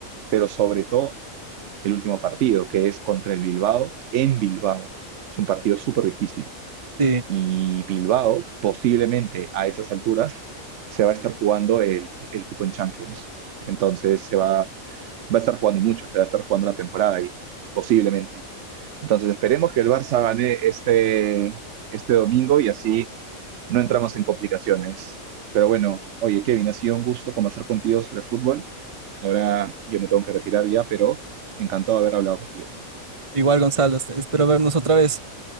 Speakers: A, on the right (about 65°); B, on the right (about 25°).
A: pero sobre todo el último partido, que es contra el Bilbao, en Bilbao. Es un partido súper difícil.
B: sí.
A: Y Bilbao posiblemente a esas alturas se va a estar jugando el, el cupo en Champions. Entonces se va, va a estar jugando mucho, se va a estar jugando la temporada ahí, posiblemente. Entonces esperemos que el Barça gane este, este domingo y así no entramos en complicaciones. Pero bueno, oye Kevin, ha sido un gusto conversar contigo sobre fútbol. Ahora yo me tengo que retirar ya, pero encantado de haber hablado contigo.
B: Igual, Gonzalo, espero vernos otra vez.